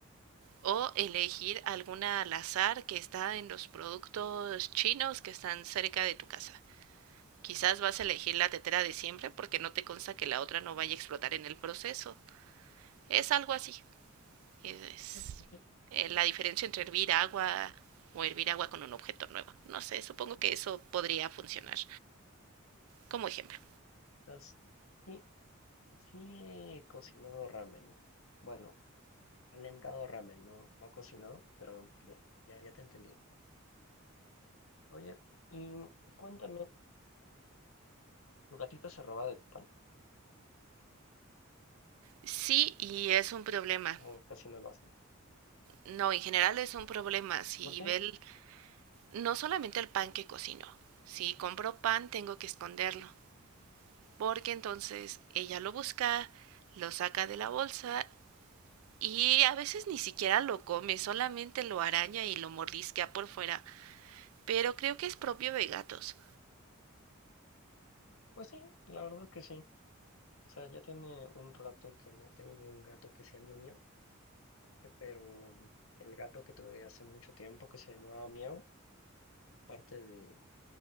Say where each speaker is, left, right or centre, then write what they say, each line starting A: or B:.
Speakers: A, on the right; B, on the left.
A: o elegir alguna al azar que está en los productos chinos que están cerca de tu casa. Quizás vas a elegir la tetera de siempre porque no te consta que la otra no vaya a explotar en el proceso. Es algo así. Es, es
B: Sí. Ok.
A: eh, la diferencia entre hervir agua o hervir agua con un objeto nuevo. No sé, supongo que eso podría funcionar como ejemplo.
B: Pues, sí, sí he cocinado ramen. Bueno, calentado ramen, no, no he cocinado, pero ya, ya, ya te entendí. Oye, y cuéntame, ¿tu gatita se roba de tu pan?
A: Sí, y es un problema.
B: ¿O casi no lo hace?
A: No, en general es un problema. Si
B: ¿Por qué?
A: ve el- no solamente el pan que cocino. Si compro pan tengo que esconderlo, porque entonces ella lo busca, lo saca de la bolsa y a veces ni siquiera lo come, solamente lo araña y lo mordisquea por fuera. Pero creo que es propio de gatos.
B: Pues sí, la verdad que sí. O sea, ya tiene un rato que no tengo un gato que sea mío mío, eh, pero el gato que tuve hace mucho tiempo que se llamaba Miau, aparte de